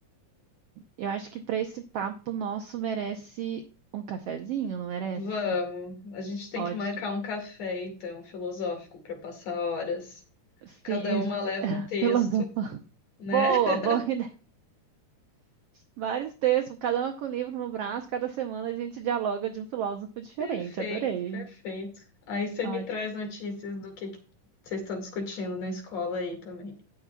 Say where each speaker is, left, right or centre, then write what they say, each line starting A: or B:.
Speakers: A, on the right; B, on the left.
A: Eu acho que para esse papo nosso merece um cafezinho, não merece?
B: Vamos, a gente tem
A: Ótimo.
B: que marcar um café, então, filosófico, para passar horas.
A: Sim,
B: Cada uma leva
A: <laughs>
B: um texto,
A: filosofia.
B: né?
A: Boa,
B: <laughs>
A: boa <laughs> ideia. Vários textos, cada um com um livro no braço, cada semana a gente dialoga de um filósofo diferente.
B: Perfeito,
A: Adorei.
B: perfeito. Aí você
A: Ótimo.
B: me traz notícias do que que vocês estão discutindo na escola aí também.